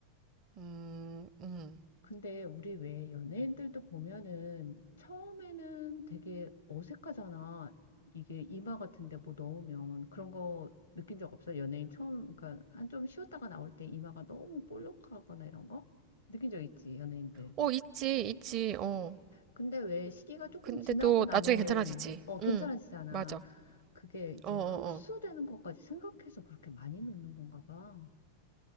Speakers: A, on the right (about 35°); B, on the left (about 70°).
A: 음, 음.
B: 근데 우리 왜 연예인들도 보면은 처음에는 되게 어색하잖아. 이게 이마 같은데 뭐 넣으면 그런 거 느낀 적 없어? 연예인 처음, 그러니까 한 좀 쉬었다가 나올 때 이마가 너무 볼록하거나 이런 거? 느낀 적 있지, 연예인들.
A: 어, 있지, 있지. 어.
B: 근데 왜 시기가 조금
A: 근데
B: 지나고
A: 또
B: 나면은
A: 나중에 괜찮아지지.
B: 어, 괜찮아지잖아.
A: 응, 맞아.
B: 그게 이제
A: 어, 어,
B: 흡수되는 것까지 생각해서 그렇게 많이 넣는 건가 봐.